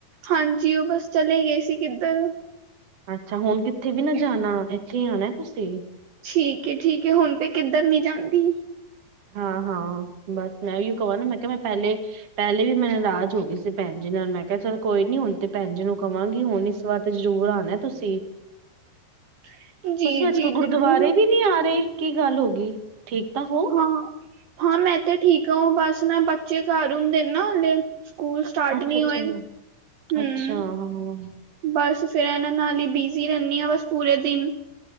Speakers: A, on the right; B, on the right.
A: ਹਾਂਜੀ, ਉਹ ਬਸ ਚਲੇ ਗਏ ਸੀ ਕਿੱਧਰ।
B: ਅੱਛਾ, ਹੁਣ ਕਿੱਥੇ ਵੀ ਨਾ ਜਾਣਾ। ਇੱਥੇ ਹੀ ਆਣੇ ਤੁਸੀਂ।
A: ਠੀਕ ਏ -ਠੀਕ ਏ, ਹੁਣ ਤੇ ਕਿੱਧਰ ਨੀ ਜਾਂਦੀ।
B: ਹਾਂ- ਹਾਂ, ਬਸ ਮੈਂ ਵੀ ਇਕ ਵਾਰ ਨਾ, ਮੈਂ ਕਿਹਾ ਮੈਂ ਪਹਿਲੇ ਪਹਿਲੇ ਵੀ ਮੈਂ ਨਰਾਜ ਹੋ ਗਈ ਸੀ ਭੈਣ ਜੀ ਨਾਲ, ਮੈਂ ਕਿਹਾ ਚੱਲ ਕੋਈ ਨੀ, ਹੁਣ ਤੇ ਭੈਣ ਜੀ ਨੂੰ ਕਵਾਂਗੀ, ਹੁਣ ਇਸ ਵਿਆਹ ਤੇ ਜ਼ਰੂਰ ਆਉਣਾ ਤੁਸੀਂ।
A: <inaudible> ਜੀ
B: ਤੁਸੀਂ ਅੱਜ
A: ਜੀ
B: ਕੱਲ ਗੁਰਦੁਆਰੇ
A: ਜ਼ਰੂਰ
B: ਵੀ ਨਹੀਂ ਆ ਰਹੇ, ਕੀ ਗੱਲ ਹੋ ਗਈ, ਠੀਕ ਤਾਂ ਹੋ?
A: ਹਾਂ, ਹਾਂ ਮੈਂ ਤੇ ਠੀਕ ਆਂ, ਓ ਬਸ ਨਾ ਬੱਚੇ ਘਰ ਹੁੰਦੇ ਨੇ ਨਾ ਹਲ਼ੇ ਸਕੂਲ ਸਟਾਰਟ
B: ਅੱਛਾ
A: ਨਹੀਂ
B: ਅੱਛਾ
A: ਹੋਏ, ਹੰ।
B: ਅੱਛਾ ਹਾਂ
A: ਬਸ ਫੇਰ ਇਹਨਾਂ ਨਾਲ ਹੀ ਬਿਜ਼ੀ ਰੈਨੀ ਆਂ ਬਸ ਪੂਰੇ ਦਿਨ।